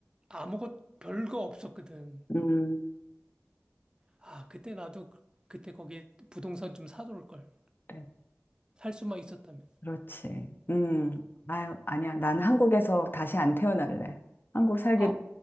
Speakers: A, on the right (about 15°); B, on the left (about 40°).
A: 아무것 별거 없었거든.
B: 음.
A: 아, 그때 나도 그- 그때 거기 부동산 좀 사둘 걸.
B: 그래.
A: 살 수만 있었다면.
B: 그렇지. 음. 아유, 아니야. 난 한국에서 다시 안 태어날래. 한국 살기
A: 아,